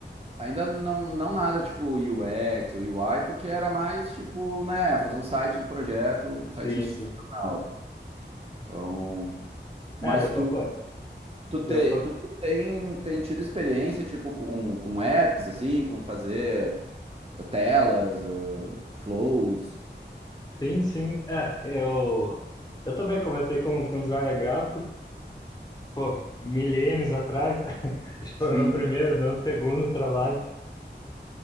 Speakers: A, on the right; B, on the left.
A: Ainda não, não nada tipo UX ou UI, porque era mais tipo, né, fazer um site do projeto, um site
B: Sim,
A: institucional.
B: sim.
A: Então, mas
B: É, deu
A: tu,
B: pra, pô,
A: tu, te,
B: deu pra,
A: tu tem, tem tido experiência, tipo, com, com apps, assim, com fazer telas, ah, flows.
B: sim, sim. É, eu, eu também comecei com, com design gráfico, pô, milênios atrás. <laughs> Acho que foi
A: Sim.
B: o meu primeiro, meu segundo trabalho.